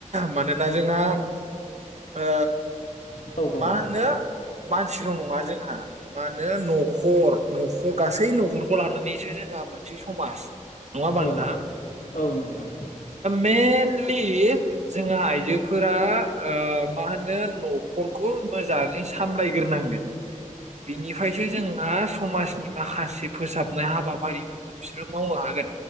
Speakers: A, on the right; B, on the left.
A: मानोना जोंहा ओ
B: औ
A: मा होनो मानसिल' नङा जोंहा मा होनो न'खर न'खर गासै न'खरखौ लानानैसो जोंहा मोनसे समाज । नङा ओमबा नोंथां
B: औ
A: ।
B: औ नोंथां
A: मेनलि जोंहा आइजोफोरा ओ मा होनो न'खरखौ मोजाङै सामलायग्रोनांगोन बिनिफ्रायसो जोंहा समाजनि माखासे फोसाबनाय हाबाफारिफोरखौ बिसोरो मावनो हागोन